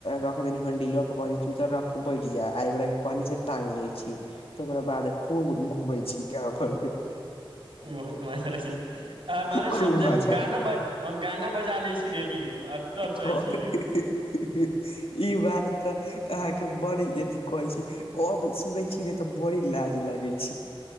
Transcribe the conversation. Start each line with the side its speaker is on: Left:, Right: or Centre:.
Left: रख दनि हेडिलबा पकड़के चूतर रख के बैठि जा आ एक गोरा के कहनी से टांगग लै छी तऽ ओकरा बाद खूब घूमै छी गाँव भरमे
Right: उह-बहुत मजा छै ए-माने
Left: खूब
Right: छै हम तऽ
Left: मजा
Right: एगो गाना
Left: आवे
Right: बजा हम गाना बजा लै छी रेडियो आ तब चलै
Left: आ-
Right: छी
Left: हीं हीं-हह ई बात तऽ अहाँके बड़ अथी कहै छी अब सुनै छी ने तऽ बड़ी लाज लागै छी